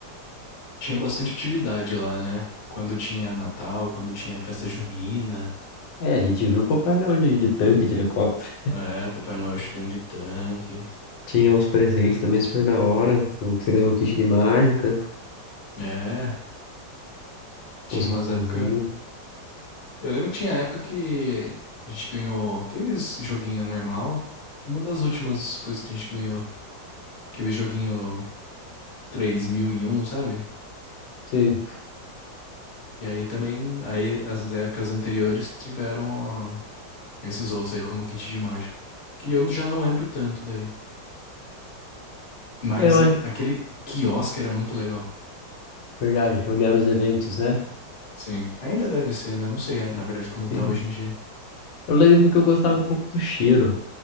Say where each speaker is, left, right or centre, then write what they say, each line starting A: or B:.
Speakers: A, on the left; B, on the left.
A: Tinha bastante atividade lá, né? Quando tinha Natal, quando tinha festa junina.
B: É, a gente viu o Papai Noel de, de tanque, de helicóptero.
A: É, Papai Noel chegando de tanque.
B: Tinha os presentes também super da hora. O que você ganhou o kit de mágica,
A: É, tinha
B: os
A: umas
B: robozinhos.
A: épocas. Eu lembro que tinha época que a gente ganhou aqueles joguinho normal. Uma das últimas coisas que a gente ganhou. Aquele joguinho três mil em um sabe?
B: Sim.
A: E aí também, aí as épocas anteriores tiveram. Esses outros aí, como o kit de mágica. Que eu já não lembro tanto daí. Mas
B: É, eu acho,
A: a- aquele quiosque era muito legal.
B: verdade, onde eram os eventos, né?
A: Sim. Ainda deve ser, né? Não sei, é, na verdade, como
B: Sim.
A: tá hoje em dia.
B: Eu lembro que eu gostava um pouco do cheiro.